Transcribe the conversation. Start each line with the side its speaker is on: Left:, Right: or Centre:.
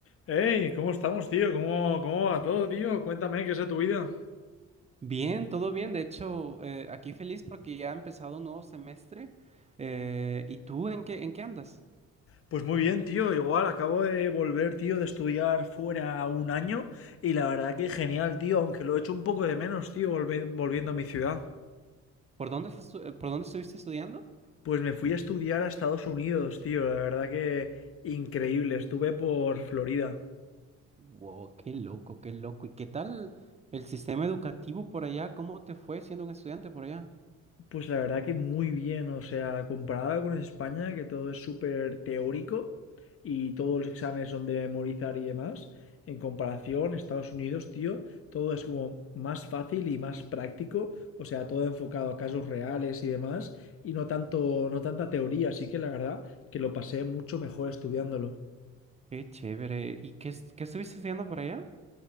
Left: Hey, ¿cómo estamos, tío? ¿Cómo, cómo va todo, tío? Cuéntame, ¿qué es de tu vida?
Right: Bien, todo bien. De hecho, eh, aquí feliz porque ya ha empezado un nuevo semestre. Eh, ¿y tú en qué, en qué andas?
Left: Pues muy bien, tío. Igual acabo de volver, tío, de estudiar fuera un año y la verdad que genial, tío, aunque lo he hecho un poco de menos, tío, volve- volviendo a mi ciudad.
Right: ¿Por dónde estás estu- eh, por dónde estuviste estudiando?
Left: Pues me fui a estudiar a Estados Unidos, tío. La verdad que increíble. Estuve por Florida.
Right: Wow, qué loco, qué loco. ¿Y qué tal el sistema educativo por allá? ¿Cómo te fue siendo un estudiante por allá?
Left: Pues la verdad que muy bien, o sea, comparado con España, que todo es súper teórico y todos los exámenes son de memorizar y demás, en comparación, Estados Unidos, tío, todo es como más fácil y más práctico, o sea, todo enfocado a casos reales y demás, y no tanto, no tanta teoría, así que la verdad que lo pasé mucho mejor estudiándolo.
Right: Qué chévere. ¿Y qué, es- qué estuviste estudiando por allá?